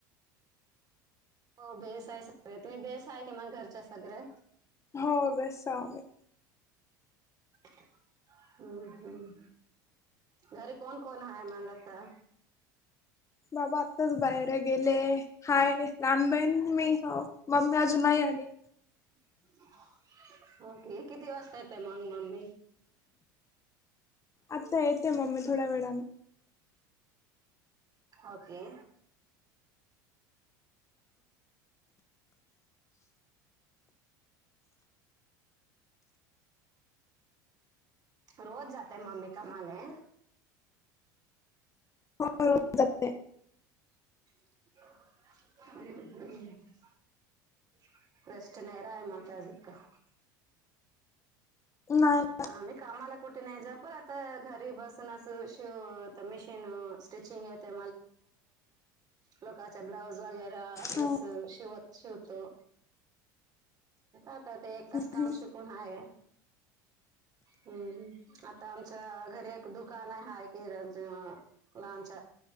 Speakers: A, on the right; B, on the left.
A: हो बेस हाय सगळ्या. तुम्ही बेस हाय की, मग घरच्या सगऱ्या.
B: हो, बेस हाव मी.
A: हम, हम्. घरी कोण - कोण हाय मग आता?
B: बाबा, आत्ताच बाहेर गेले. हाय. लहान बहीण, मी. ह मम्मी अजून नाही आली.
A: हो, कि. किती वाजता, येतय मंग मम्मी?
B: आता येते मम्मी. थोड्या वेळानं.
A: ओके. रोज जाते मम्मी कामाले?
B: हो, रोज जाते.
A: <unintelligible> <unintelligible>
B: नाही.
A: आम्ही कामाला कुठे नाही, जा पण आता घरी बसून शिव मशीन स्टिचिंग ये लोकांचे ब्लॉउज येतं. ड्रेस
B: हम्म
A: अ शिवत शिवतो. आता ते एकचं काम
B: हम्म
A: शिकून हाय. हम्म, आता आमच्या घरी एक दुकानं हाय किरणचं लांबच.